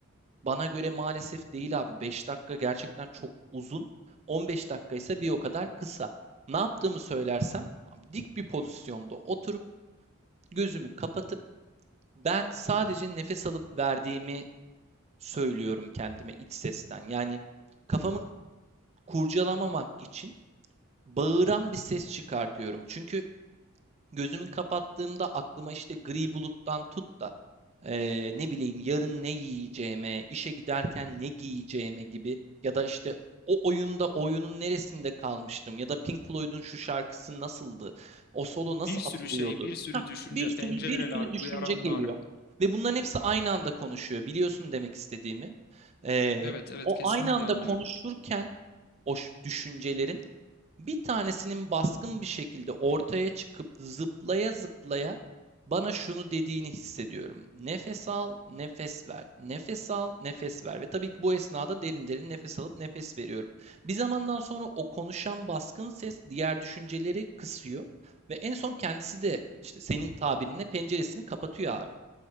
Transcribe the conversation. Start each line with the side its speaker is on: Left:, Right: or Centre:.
Right: Bana göre maalesef değil abi. 5 dakika gerçekten çok uzun. 15 dakika ise bir o kadar kısa. Ne yaptığımı söylersem dik bir pozisyonda oturup gözümü kapatıp ben sadece nefes alıp verdiğimi söylüyorum kendime iç sesten. Yani kafamı kurcalamamak için bağıran bir ses çıkartıyorum. Çünkü Gözümü kapattığımda aklıma işte gri buluttan tut da eee, ne bileyim yarın ne yiyeceğime, işe giderken ne giyeceğime gibi ya da işte o oyunda oyunun neresinde kalmıştım ya da Pink Floyd'un şu şarkısı nasıldı, o solo nasıl
Left: Bir sürü
Right: atılıyordu.
Left: şey, bir sürü
Right: Hah,
Left: düşünce,
Right: bir sürü
Left: pencereler,
Right: bir sürü düşünce
Left: uyaranlar.
Right: geliyor ve bunların hepsi aynı anda konuşuyor. Biliyorsun demek istediğimi. Eee,
Left: Evet, evet
Right: o
Left: kesinlikle
Right: aynı anda
Left: anlıyorum.
Right: konuşurken o düşüncelerin bir tanesinin baskın bir şekilde ortaya çıkıp zıplaya zıplaya bana şunu dediğini hissediyorum. Nefes al, nefes ver. Nefes al, nefes ver. Ve tabii ki bu esnada derin derin nefes alıp nefes veriyorum. Bir zamandan sonra o konuşan baskın ses diğer düşünceleri kısıyor ve en son kendisi de işte senin tabirinle penceresini kapatıyor abi